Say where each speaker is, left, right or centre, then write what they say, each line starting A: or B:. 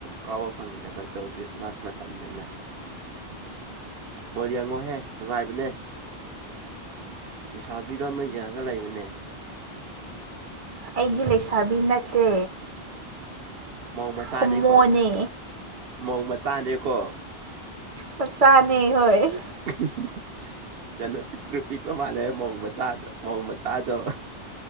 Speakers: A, on the right; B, on the right.
A: ꯀꯥꯎꯕ ꯐꯪꯗꯕꯗꯣ ꯈ꯭ꯔꯤꯁꯃꯥꯁ ꯃꯇꯝꯗꯅ ꯕꯣꯜ ꯌꯦꯡꯉꯣꯍꯦ ꯅꯨꯡꯉꯥꯏꯕꯅꯦ ꯂꯩꯁꯥꯕꯤꯗꯧꯅ ꯌꯦꯡꯉꯒ ꯂꯩꯕꯅꯦ
B: ꯑꯩꯗꯤ ꯂꯩꯁꯥꯕꯤ ꯅꯠꯇꯦ
A: ꯃꯧ ꯃꯆꯥꯅꯦꯀꯣ
B: ꯍꯣꯃꯣꯅꯦ
A: ꯃꯧ ꯃꯆꯥꯅꯦꯀꯣ
B: ꯃꯆꯥꯅꯦ ꯍꯣꯏ
A: ꯍꯦ ꯍꯦ ꯍꯦ ꯌꯥꯝꯅ ꯄꯤꯛꯇ꯭ꯔꯨ ꯄꯤꯛꯄ ꯃꯥꯂꯦ ꯃꯧ ꯃꯆꯥꯗꯣ ꯃꯧ ꯃꯆꯥꯗꯣ